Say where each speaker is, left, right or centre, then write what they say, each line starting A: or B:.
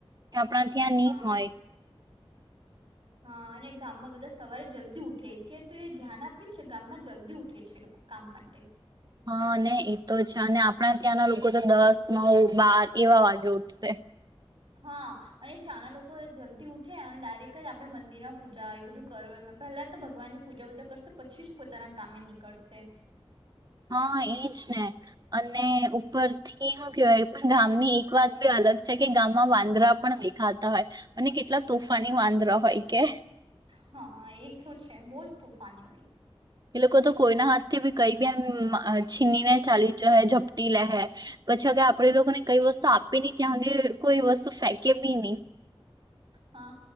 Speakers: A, on the right; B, on the right.
A: આપણા ત્યાં
B: હા
A: ની હોય.
B: હા અને ગામમાં બધા સવારે જલ્દી ઉઠે છે તો એ ધ્યાન આપ્યું છે ગામમાં જલ્દી ઉઠે છે લોકો કામ માટે.
A: હા ને એતો છે અને આપણા ત્યાંના લોકો તો દસ, નવ, બાર એવા વાગે ઉઠશે.
B: હા અને ચાના લોકો જલ્દી ઉઠે અને ડાયરેક્ટ જ આપણેે મંદિરમાં પૂજા એ બધું કર પહેલા તો ભગવાનની પૂજા ઉજા કરશે પછી જ પોતાના કામે નીકળશે.
A: હા, એજ ને અને ઉપરથી હું કેવાય પણ ગામની એક વાત બી અલગ છે કે ગામમાં વાંદરા પણ દેખાતા હોય. અને કેટલા તોફાની વાંદરા હોય કે
B: હા, એ તો છે બહુ જ તોફાની હોય.
A: એ લોકો તો કોઈના હાથથી બી કઈ બી એમ અહ છીનીને ચાલી જ ઝપટી લે હે. પછી આગે આપણે લોકોને કઈ વસ્તુ આપી નહી ત્યાં હુદી કોઈ વસ્તુ ફેંકે બી નહી.
B: હા